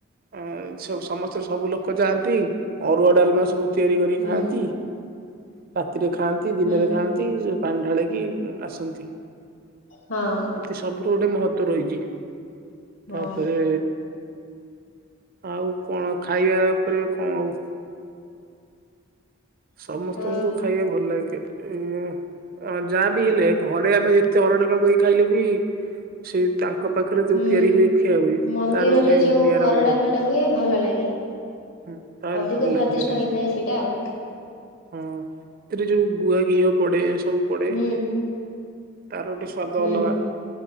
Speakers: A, on the right; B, on the left.
A: ଅ ସମସ୍ତେ ସବୁ ଲୋକ ଯାଆନ୍ତି। ଅରୁଆ ଡାଲମା ସବୁ ତିଆରି କରିକି
B: ହୁଁ
A: ଖାଆନ୍ତି। ରାତିରେ ଖାଆନ୍ତି, ଦିନରେ
B: ହୁଁ
A: ଖାଆନ୍ତି, ପାଣି ଢାଳିକି ଆସନ୍ତି।
B: ହଁ
A: ଏମତି ସବୁର ଗୋଟେ ମହତ୍ଵ ରହିଛି
B: ହଁ
A: ତାପରେ ଆଉ କଣ ଖାଇବା ଉପରେ କଣ ଆଉ? ସମସ୍ତଙ୍କୁ
B: ଅ
A: ଖାଇବା ଭଲ ଲାଗେେ ଉ ଯା ବିି ହେଲେ ଘ ଘରେ ଆମେ ଯେତେ ଅର୍ଡର ନକରିକି ଖାଇଲେ ବି, ସେ ତାଙ୍କ ତାଙ୍କ ପାଖରେ
B: ହୁଁ
A: ଯୋଉ ତିଆରି ହୁଏ ଖିଆ ହୁଏ
B: ମନ୍ଦିରରେ
A: ତାର ଗୋଟେ
B: ଯେଉଁ
A: ନିଆରା
B: ଅରୁଆ
A: ଅଲଗା।
B: ଡାଲମାଟା ହୁଏ ଭଲ ଲାଗେ।
A: ହୁଁ ତାର
B: ଅଧିକ
A: ଭଲ ଲାଗେ
B: ସ୍ଵାଦିଷ୍ଟ
A: ସେଇଟା
B: ହେଇଥାଏ ସେଇଟା ଆଉ।
A: ହଁ, ସେଥିରେ ଯୋଉ ଗୁଆ ଘିଅ ପଡେ ସବୁ ପଡେ।
B: ହୁଁ
A: ତାର ଗଟେ ସ୍ଵାଦ
B: ହୁଁ
A: ଅଲଗା